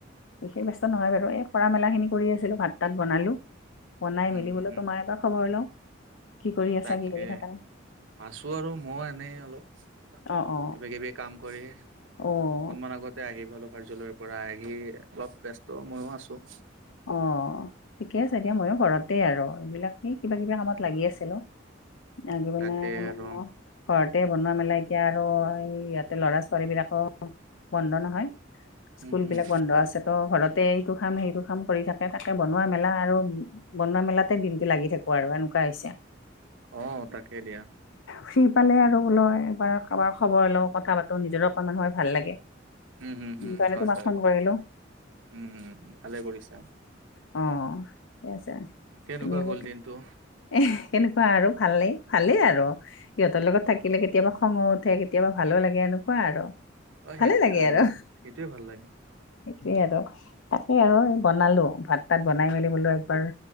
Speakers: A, on the left; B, on the right.
A: বিশেষ ব্যস্ত নহয়
B: অ
A: বাৰু এই কৰা মেলা খিনি কৰি আছিলো ভাত তাত বনালো বনাই
B: উম
A: মেলিবলৈ
B: উম
A: তোমাৰ এটা খবৰ লওঁ কি কৰি আছা
B: তাকে
A: কি কৰি থাকা
B: আছো আৰু মই এনেই অলপ কিবা
A: অ অ
B: কিবি কাম কৰি
A: অ'
B: অকনমান আগতে আহি পলো কাৰ্যালয়ৰ পৰা আহি অলপ ব্যস্ত মইো আছো
A: অ', ঠিকে আছে এয়া ময়ো ঘৰতে আৰু এইবিলাক কিবা কিবা কামত লাগি আছিলো। আ পেলনে
B: তাকে
A: মান
B: আৰু
A: ঘৰতে বনোৱা মেলাই এতিয়া আৰু এই ইয়াতে ল'ৰা ছোৱালী বিলাকো বন্ধ নহয় স্কুল
B: উম হম
A: বিলাক বন্ধ আছে ত' ঘৰতে এইটো কাম সেইটো কাম কৰি থাকে তাকে তাকে বনোৱা মেলা আৰু বনোৱা মেলাতে দিনটো লাগি থাকো আৰু এনেকুৱা হৈছে
B: অ', তাকেই দিয়া
A: ফ্ৰী পালে আৰু বোল একবাৰ কাৰোবাৰ খবৰ লওঁ কথাপাতি ত নিজৰ অকনমান সময় ভাল লাগে সেই
B: উম হম হম
A: কাৰণে
B: হয়
A: তোমাক
B: হয়
A: ফোন কৰিলো
B: উম, ভালে কৰিছা।
A: আহ, ঠিক আছে।
B: কেনেকুৱা
A: তুমি আ
B: গ'ল দিনটো
A: এ, কেনেকুৱা আৰু ভালেই, ভালেই আৰু সিহঁতৰ লগত থাকিলে কেতিয়াবা খঙ উঠে, কেতিয়াবা ভালো লাগে, এনেক কোৱা আৰু
B: অ সেইটোয়ে
A: ভালে লাগে আৰু।
B: সেইটোয়ে ভাল লাগে
A: সেইটোৱে আৰু তাকে আৰু এই বনালো। ভাত-তাত বনাই মেলি বোলো একবাৰ